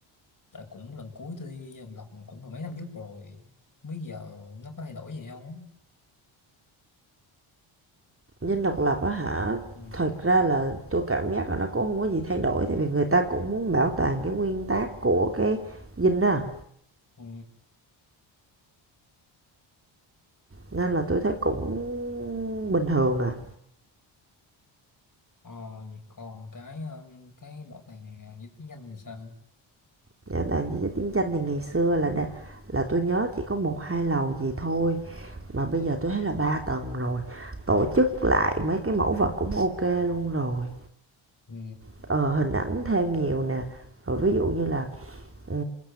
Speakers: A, on the left; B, on the right.
A: tại cũng lần cuối tôi đi Dòng Lọc cũng phải mấy năm trước rồi bây giờ nó có thay đổi gì không á?
B: Dinh độc lập á hả?
A: Ừ.
B: Thật ra là tôi cảm giác là nó cũng không có gì thay đổi tại vì người ta cũng muốn bảo toàn cái nguyên tắc của cái Dinh á,
A: Ừ.
B: nên là tôi thấy cũng bình thường à.
A: Ờ, vậy còn cái um, cái bảo tàng à, di tích danh thì sao?
B: Dạ, tại vì chiến tranh thì ngày xưa là đa là tôi nhớ chỉ có một hai lầu gì thôi, mà bây giờ tôi thấy là 3 tầng rồi, tổ chức lại mấy cái mẫu vật cũng ok luôn rồi.
A: Ừ.
B: Ờ, hình ảnh thêm nhiều nè, rồi ví dụ như là ừ,